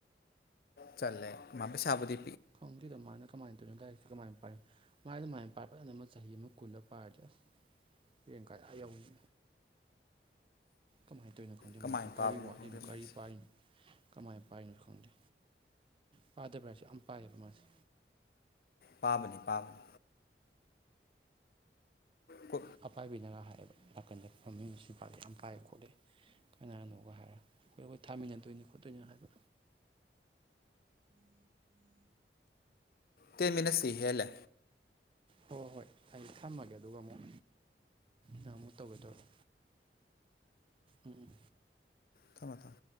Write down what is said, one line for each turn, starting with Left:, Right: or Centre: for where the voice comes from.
Left: ꯆꯠꯂꯦ ꯃꯥ ꯄꯩꯁꯕꯨꯗꯤ
Right: ꯈꯪꯗꯦꯗꯣ ꯃꯥꯅ ꯀꯃꯥꯏꯅ ꯇꯧꯔꯤꯅꯤ ꯂꯥꯏꯔꯤꯛꯁꯦ ꯀꯃꯥꯏꯅ ꯄꯥꯏꯔꯤ ꯃꯥꯏ ꯑꯗꯨ ꯃꯥꯏ <unintelligible> ꯆꯍꯤ ꯑꯃ ꯀꯨꯜꯂ ꯄꯥꯔꯗꯤ ꯑꯁ ꯔꯦꯡ ꯀꯥ ꯑꯥ ꯌꯧꯅꯤ꯫ ꯀꯃꯥꯏꯅ ꯇꯧꯔꯤꯅꯣ ꯈꯪꯗꯦ
Left: ꯀꯃꯥꯏꯅ
Right: ꯃꯥꯁꯤꯅ ꯀꯔꯤ
Left: ꯄꯥꯕꯅꯣ
Right: ꯋꯥꯠꯂꯤꯅꯣ
Left: ꯈꯪꯗꯦ
Right: ꯀꯔꯤ
Left: ꯃꯥꯏꯁꯦ
Right: ꯄꯥꯔꯤꯅꯣ ꯀꯃꯥꯏ ꯄꯥꯏꯅꯁꯨ ꯈꯪꯗꯦ ꯄꯥꯗꯕ꯭ꯔ ꯍꯥꯏꯁꯨ ꯌꯥꯝ ꯄꯥꯏꯌꯦꯕ ꯃꯥꯁꯦ꯫
Left: ꯄꯥꯕꯅꯤ - ꯄꯥꯕꯅꯤ꯫ ꯀꯨ
Right: ꯑꯄꯥꯏꯕꯤꯅꯔ ꯍꯥꯏ ꯍꯥꯏꯕ ꯅꯥꯀꯟꯗ ꯐꯝꯃꯤ ꯁꯤ ꯄꯗꯦ ꯌꯥꯝ ꯄꯥꯏꯑ ꯈꯣꯠꯂꯦ ꯀꯅꯥꯅꯣꯒ ꯍꯥꯏꯔꯒ ꯑꯩꯈꯣꯏ ꯑꯩꯈꯣꯏ ꯊꯥꯃꯤꯟꯅꯗꯣꯏꯅꯤ ꯈꯣꯠꯇꯣꯏꯅꯤ ꯍꯥꯏꯕ꯫
Left: ꯇꯦꯟ ꯃꯤꯅꯠꯁ ꯇꯤ ꯍꯦꯜꯂꯦ꯫
Right: ꯍꯣꯏ - ꯍꯣꯏ ꯑꯩ ꯊꯝꯃꯒꯦ ꯑꯗꯨꯒ ꯑꯃꯨꯛ ꯅꯪ ꯑꯃꯨꯛ ꯇꯧꯒꯦ ꯇꯧꯔꯣ ꯎꯝ - ꯎꯝ꯫
Left: ꯊꯝꯃꯣ ꯊꯝꯃꯣ